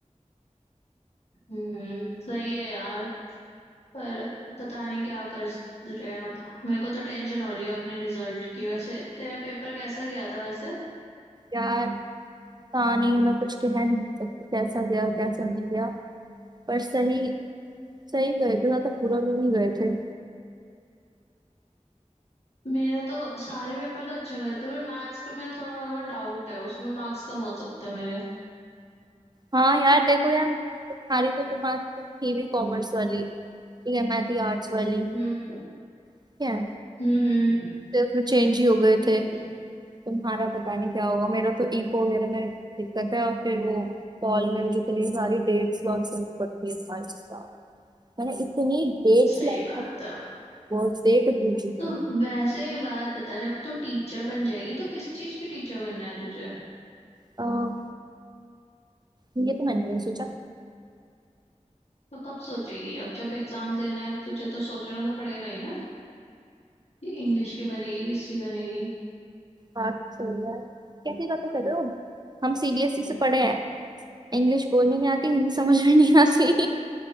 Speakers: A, on the left; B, on the right.
A: हम्म सही है यार पर पता नहीं क्या कर रहे हैं अब मेरे को तो टेंशन हो रही है अपने रिजल्ट की वैसे तेरा पेपर कैसा गया था वैसे
B: यार पता नहीं मैं कुछ कह नहीं सकती कैसा गया कैसा नहीं गया पर सही सही गए थे ज्यादा बुरा भी नहीं गए थे
A: मेरा तो सारे पेपर तो अच्छा गए थे पर मैथ्स के में थोड़ा मेरे को डाउट है उसमें मार्क्स कम हो सकते हैं मेरे
B: हाँ यार देखो यार तुम्हारी तो तुम्हारी थी भी कॉमर्स वाली ठीक है मैं थी आर्ट्स वाली
A: हम्म
B: ठीक है
A: हम्म
B: तो फिर चेंज ही हो गए
A: हम्म,
B: थे तुम्हारा पता नहीं क्या होगा मेरा तो इको वगैरह में दिक्कत है और फिर वो कॉल में मुझे इतनी सारी डेट्स लॉन्च करनी पड़ती है सारी साल। मैंने इतनी डेट्स
A: सही
B: लॉन्च
A: बात है
B: बहुत डेट भूल चुकी
A: तो
B: हूँ
A: वैसे एक बात बता जब तू टीचर बन जाएगी तो किस चीज की टीचर बनना है तुझे
B: अम, ये तो मैंने नहीं सोचा
A: तो कब सोचेगी अब जब एग्जाम देना है तुझे तो सोचना तो पड़ेगा ही ना ये इंग्लिश की बनेगी किसकी बनेगी
B: बात तो यार कैसी बातें कर रहे हो हम सीबीएसई से पढ़े हैं इंग्लिश बोलने नहीं आती हिंदी समझ में नहीं आती